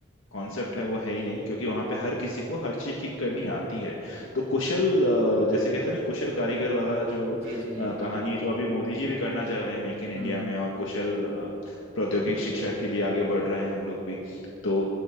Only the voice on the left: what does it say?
कॉन्सेप्ट है वो है ही नहीं क्योंकि वहां पे हर किसी को हर चीज ठीक करनी आती है तो कुशल अ, जैसे कहते हैं ना कुशल कारीगर वाला जो
अ,
कहानी है जो अभी मोदी जी भी करना चाह रहे हैं मेक इन इंडिया
में और कुशल अ, प्रौद्योगिक शिक्षा के लिए आगे बढ़ रहे हैं हम लोग भी तो